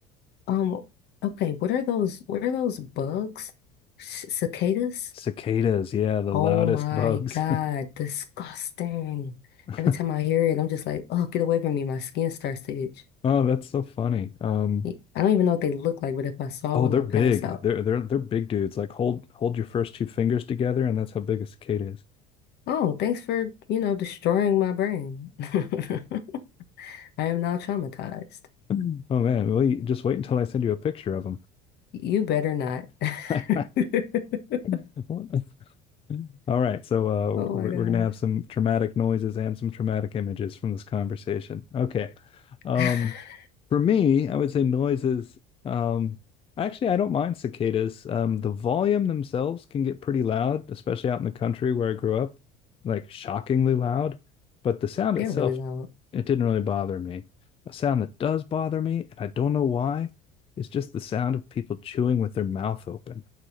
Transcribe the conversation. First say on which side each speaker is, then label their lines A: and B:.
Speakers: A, on the left; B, on the left.
A: Um, okay, what are those? What are those bugs? C- cicadas?
B: Cicadas, yeah, the
A: Oh
B: loudest
A: my
B: bugs.
A: God, disgusting.
B: <laughs>
A: Every time I hear it, I'm just like, oh, get away from me. My skin starts to itch.
B: Oh, that's so funny. Um,
A: I I don't even know what they look like, but if I saw
B: oh,
A: one,
B: they're
A: I'll
B: big.
A: pass out.
B: They're they're they're big dudes. Like hold hold your first two fingers together, and that's how big a cicada is. <clears throat>
A: Oh, thanks for, you know, destroying my brain. <laughs> I am now traumatized.
B: <laughs> Oh man, well, you, just wait until I send you a picture of
A: You better not. <laughs>
B: them. <laughs> All right, so
A: Oh
B: uh, we're
A: my gosh.
B: we're gonna have some traumatic noises and some traumatic images from this conversation. Okay, um,
A: <laughs>
B: for me, I would say noises. Um, actually, I don't mind cicadas. Um, the volume themselves can get pretty loud, especially out in the country where I grew up, like shockingly loud. But the sound
A: They're
B: itself,
A: really loud.
B: it didn't really bother me. A sound that does bother me, and I don't know why, is just the sound of people chewing with their mouth open.